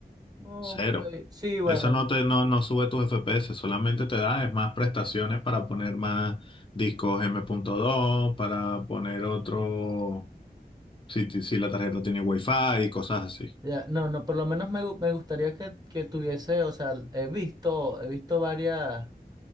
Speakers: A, on the right; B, on the left.
A: Ok,
B: cero.
A: sí, bueno.
B: Eso no te, no, no sube tus FPS, solamente te da es más prestaciones para poner más discos m punto dos para poner otro, si, ti- si la tarjeta tiene Wi-Fi y cosas así.
A: Ya, no, no, por lo menos me, gu- me gustaría que, que tuviese, o sea, he visto, he visto varias,